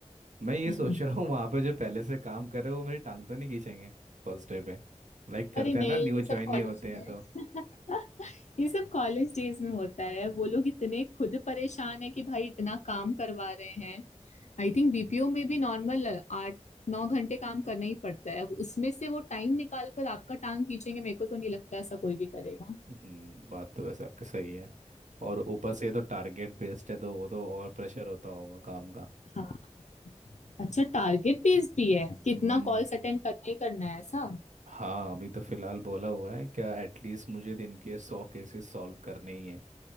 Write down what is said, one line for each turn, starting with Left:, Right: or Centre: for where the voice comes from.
Right: मैं ये
Left: हम्म
Right: सोच
Left: हम्म।
Right: रहा हूँ वहाँ पे जो पहले से काम कर रहे हैं, वो मेरी टांग तो नहीं खींचेंगे फर्स्ट डे पे लाइक करते
Left: अरे नहीं
Right: हैं ना न्यू
Left: ये
Right: ज्वाइन
Left: सब कॉलेज
Right: ही होते हैं
Left: में
Right: तो
Left: <laughs> ये सब कॉलेज डेज में होता है
Right: हम्म,
Left: वो लोग इतने खुद परेशान है कि भाई इतना काम करवा रहे हैं आई थिंक बीपीओ में भी नॉर्मल आठ नौ घंटे काम करना ही पड़ता है उसमें से वो टाइम निकाल कर आपका टांग खींचेंगे मेरे को तो नहीं लगता ऐसा कोई भी करेगा
Right: हम्म बात तो वैसे आपकी सही है और ऊपर से ये तो टारगेट बेस्ड है तो वो तो और प्रेशर होता होगा काम का
Left: हाँ अच्छा टारगेट बेस्ड भी है कितना
Right: हम्म
Left: कॉल्स अटेंड करना ही करना है ऐसा
Right: हाँ अभी तो फिलहाल बोला हुआ है क्या एटलीस्ट मुझे दिन के सौ केसेस सॉल्व करने ही हैं